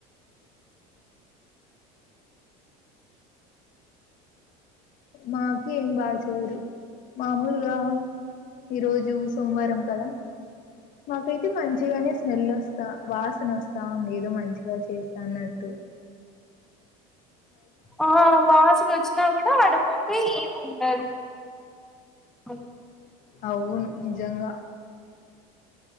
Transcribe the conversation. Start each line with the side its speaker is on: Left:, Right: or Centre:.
Left: మాకీ ఏం బా చెయ్యరు మామూలుగా ఈ రోజు సోమవారం కదా మాకైతే మంచిగానే స్మెల్ వొస్ తా వాసనొస్తా ఉంది ఏదో మంచిగా చేస్తాన్నట్టు
Centre: ఆ వాసునొచ్చినా కూడా ఆటుపోతే ఏం ఉండ అ
Left: అవును నిజంగా